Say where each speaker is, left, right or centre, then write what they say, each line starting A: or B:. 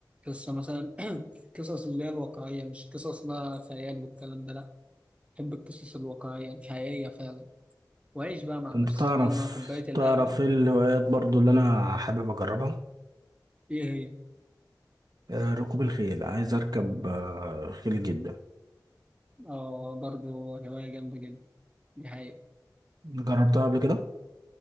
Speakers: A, on the right (about 15°); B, on the right (about 60°).
A: قصة مثلا <clears throat> قصص اللي هي الواقعية مش قصص بقى خيال والكلام ده لا بحب القصص الواقعية الحقيقية فعلا وأعيش بقى مع
B: انت
A: نفسي
B: تعرف
A: طبعا مع كوباية القهوة
B: تعرف ايه الهوايات برضو اللي انا حابب اجربها
A: إيه هي
B: آه، ركوب الخيل عايز اركب آه، خيل جدا
A: اه برضه هواية جامدة جدا دي حقيقة
B: جربتها قبل كده